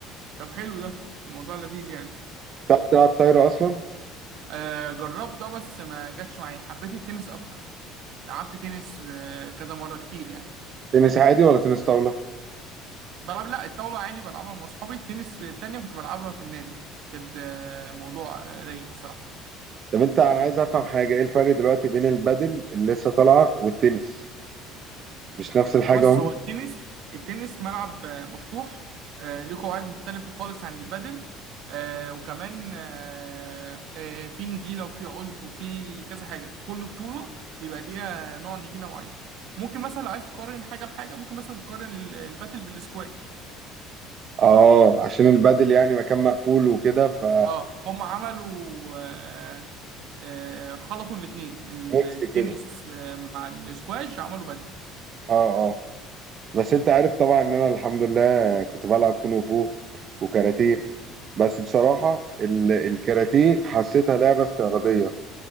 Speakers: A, on the right (about 60°); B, on the right (about 35°).
A: طب حلو ده الموضوع لذيذ يعني
B: انت عارف تلعب طايره اصلا
A: آه، جربت اه بس ما جاتش معايا حبيت التنس اكتر لعبت تنس آه، كذا مرة كتير يعني
B: تنس عادي ولا تنس طاوله
A: بلعب لا الطاولة عادي بلعبها مع اصحابي التنس التانية كنت بلعبها في النادي كانت آه، موضوع آه، رايق صراحة
B: طب انت انا عايز افهم حاجه ايه الفرق دلوقتي بين البادل اللي لسه طالعه والتنس مش نفس الحاجه
A: بص
B: هم
A: هو التنس التنس ملعب آه، مفتوح آه، ليه قواعد مختلفة خالص عن البادل آه، وكمان آه، آه، في نجيلة وفي عشب وفي كذا حاجة كل بطولة بيبقى ليها نوع نجيلة معين ممكن مثلا لو عايز تقارن حاجة بحاجة ممكن مثلا تقارن ال- الباتل بالسكواش
B: اه عشان البادل يعني مكان مقفول وكده ف
A: اه هم عملوا آه، آه، خلطوا الاتنين التنس
B: ميكس كده
A: آه، مع السكواش عملوا باتل
B: اه اه بس انت عارف طبعا ان انا الحمد لله كنت بلعب كونغ فو وكاراتيه بس بصراحة ال- الكاراتيه حسيتها لعبة استعراضية